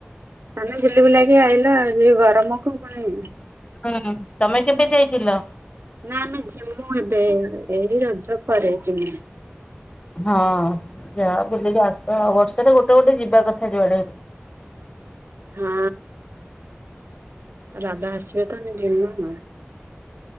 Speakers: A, on the right (about 65°); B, on the left (about 25°).
A: ଆମେ ବୁଲି ବୁଲାକି ଆଇଲ ଯେ ଗରମକୁ ପୁଣି
B: ହୁଁ ତମେ କେବେ ଯାଇଥିଲ?
A: ନା ଆମେ ଯିମୁ ଏବେ ଏଇ ରଜ ପରେ ଜିମୁ।
B: ହଁ ଯା ବୁଲିକି ଆସ ଆ ବର୍ଷରେ ଗୋଟେ ଗୋଟେ ଯିବା କଥା ଯୁଆଡେ।
A: ହଁ ଦାଦା ଆସିବେ ତ ଯିମୁ।